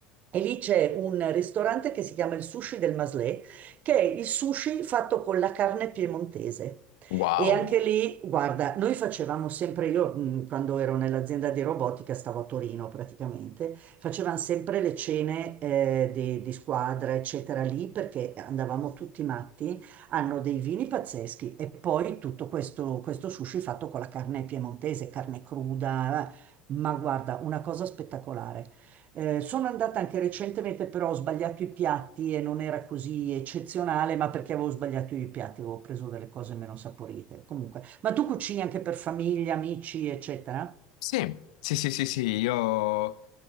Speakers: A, on the right; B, on the left.
A: E lì c'è un ristorante che si chiama il Sushi del Maslé, che è il sushi fatto con la carne piemontese.
B: Wow.
A: E anche lì, guarda, noi facevamo sempre, io mh, quando ero nell'azienda di robotica, stavo a Torino praticamente, facevamo sempre le cene eh, di, di squadra, eccetera, lì perché andavamo tutti matti hanno dei vini pazzeschi e poi tutto questo, questo sushi fatto con la carne piemontese, carne cruda, eh. ma guarda, una cosa spettacolare. Eh, sono andata anche recentemente, però ho sbagliato i piatti e non era così eccezionale, ma perché avevo sbagliato i piatti, avevo preso delle cose meno saporite. Comunque, ma tu cucini anche per famiglia, amici, eccetera?
B: Sì, sì, sì, sì, sì, io